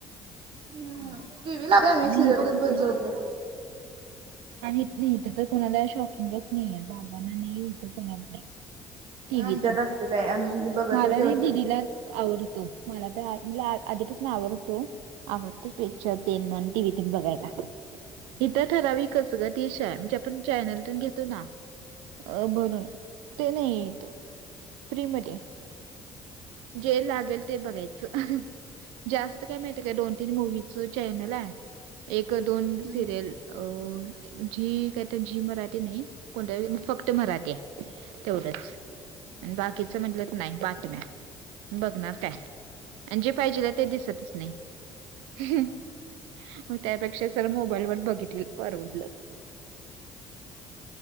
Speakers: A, on the right; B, on the right.
A: हम्म
B: हो,
A: टी व्ही लावते आम्ही
B: आणि
A: सिरियल
B: इथं
A: बघत
B: कसं
A: बघत
B: आहे
A: जेवतोय.
B: आणि इथं तर कोणाला शॉकिंगच नाहीय, बाबाांना नाही. कुणाला नाही, टीवीच,
A: आमच्यात असते बाई आम्ही बघतच
B: मला
A: जेवतोय.
B: नाही दिदीलाच आवडतो, मला तर म्ह आधीपासून आवडतो. आवडतं पिक्चर तेन टिव्ही तन बघायला. इथं ठराविकच ग, डिशय म्हणजे आपण चॅनलतन घेतो ना, अ ते नाही इथं, फ्री मध्ये आहे. जे लागेल ते बघायचं. जास्त काय माहितीय काय, दोन तीन मूवीच चॅनल आहे एक दोन सिरियल,
A: हम्म
B: अ झी कायतर झी मराठी नाही. कोणतं फक्त मराठी आहे, तेवढंच. आणि बाकीचं म्हटलं तर नाही बातम्या, बघणार काय. आणि जे पाहिजेल हाय ते दिसतच नाही. हं, मग त्यापेक्षा सरळ मोबाईल वर बघितलेलं परवडलं.